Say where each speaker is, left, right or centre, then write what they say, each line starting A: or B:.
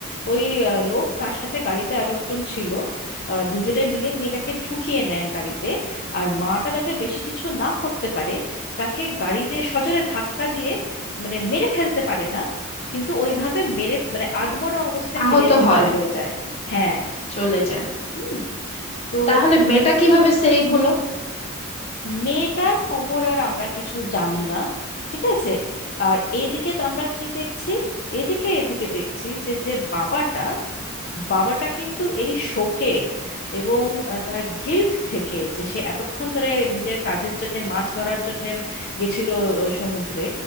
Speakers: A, on the left; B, on the left.
A: ওই আহ, লোক তার সাথে গাড়িতে আরো একজন ছিল আহ, দুজনে মিলে মেয়েটাকে ঢুকিয়ে নেয় গাড়িতে আর মাটা যাতে বেশি কিছু না করতে পারে তাকে গাড়ি দিয়ে সজোরে ধাক্কা দিয়ে মানে মেরে ফেলতে পারে না কিন্তু ওইভাবে মেরে মানে আধমরা অবস্থায়
B: আহত
A: ফেলে রেখে
B: হয়
A: চলে যায় হ্যাঁ
B: চলে যায়
A: হুম তো
B: তাহলে মেয়েটা কিভাবে সেভ হলো
A: মেয়েটার খবর আর আমরা কিছু জানি না ঠিক আছে আর এদিকে তো আমরা কি দেখছি এদিকে এদিকে দেখছি যে যে বাবাটা বাবাটা কিন্তু এই শোকে এবং আহ, তার গিল্ট থেকে যে সে এতক্ষণ ধরে নিজের কাজের জন্য মাছ ধরার জন্য গেছিল আহ, সমুদ্রে